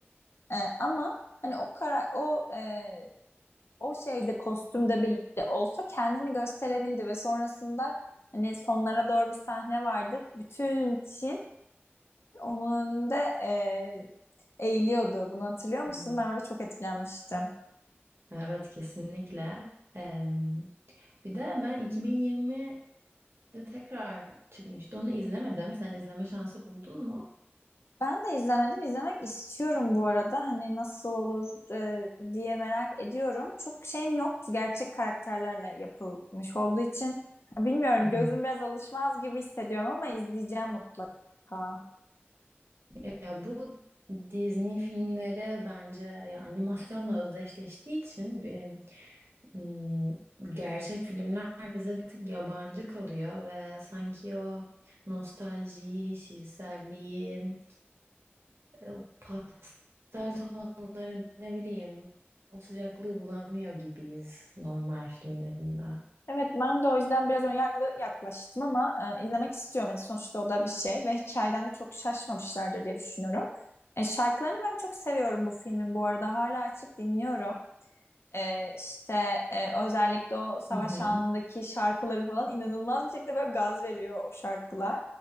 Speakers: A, on the left (about 75°); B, on the right (about 70°).
A: E, ama hani o kara o e, o şeyde kostümde bile olsa kendini gösterebildi ve sonrasında hani sonlara doğru bir sahne vardı. Bütün Çin onun önünde e, eğiliyordu. Bunu hatırlıyor musun?
B: Evet.
A: Ben orada çok etkilenmiştim.
B: Evet kesinlikle. Em, bir de ben 2020'de tekrar çıkmıştı. Onu izlemedim. Sen izleme şansı buldun mu?
A: Ben de izlemedim. İzlemek istiyorum bu arada. Hani nasıl olur e, diye merak ediyorum. Çok şeyim yoktu. Gerçek karakterlerle yapılmış olduğu için. Bilmiyorum.
B: Hı hı.
A: Gözüm biraz alışmaz gibi hissediyorum ama izleyeceğim mutlaka.
B: Ya bu Disney filmleri bence ya animasyonla özdeşleştiği için bir, m, gerçek filmler bize bir tık yabancı kalıyor ve sanki o nostaljiyi, şiirselliği E, o pastel tonları ne bileyim o sıcaklığı bulamıyor gibiyiz normal filmlerinde.
A: Evet ben de o yüzden biraz önyargılı yaklaştım ama e, izlemek istiyorum. Hani sonuçta o da bir şey ve hikayeden de çok şaşmamışlardır diye düşünüyorum. E, şarkılarını ben çok seviyorum bu filmin bu arada. Hala açıp dinliyorum. E, işte e, özellikle o savaş
B: Hı hı.
A: anındaki şarkıları falan inanılmaz bir şekilde böyle gaz veriyor o şarkılar.